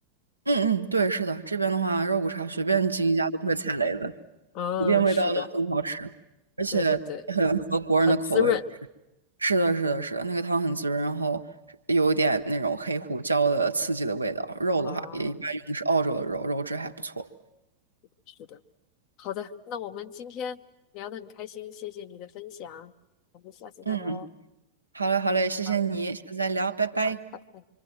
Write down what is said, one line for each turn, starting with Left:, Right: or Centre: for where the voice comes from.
Right: 嗯嗯，对，是的，这边的话，肉骨茶随便进一家都不会踩雷的。
Left: 嗯，
Right: 普遍味道都很好吃，
Left: 是的，
Right: 而且也很合国人的口味。
Left: 对对对，很滋润
Right: 是的，是的，是的，那个汤很滋润，然后有一点那种黑胡椒的刺激的味道。肉的话，
Left: 啊，
Right: 也一般用的是澳洲的肉，肉质还不错。
Left: 是的。好的，那我们今天聊得很开心，谢谢你的分享，我们下次再聊哦。
Right: 嗯，好嘞，好嘞，谢谢你，
Left: 好，
Right: 下次再聊，拜拜。
Left: 好，拜拜。